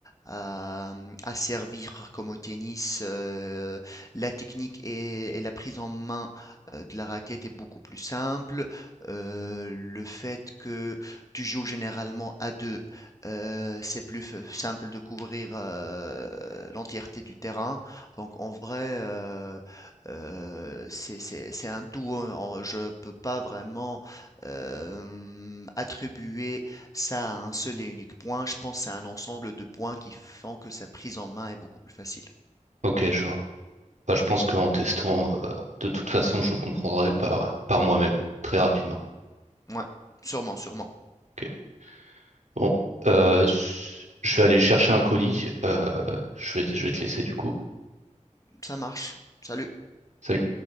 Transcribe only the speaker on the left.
à, mmh, à servir comme au tennis, heu, la technique et et la prise en main, heu, de la raquette est beaucoup plus simple. Heu, le fait que tu joues généralement à 2, heu, c'est plus f simple de couvrir, heu, l'entièreté du terrain. Donc en vrai, heu euh, c'est, c'est, c'est un tout, hein. On- Je ne peux pas vraiment euh, attribuer ça à un seul et unique point. Je pense que c'est un ensemble de points qui font que sa prise en main est beaucoup plus facile.
Ouais, sûrement, sûrement.
Ça marche. Salut.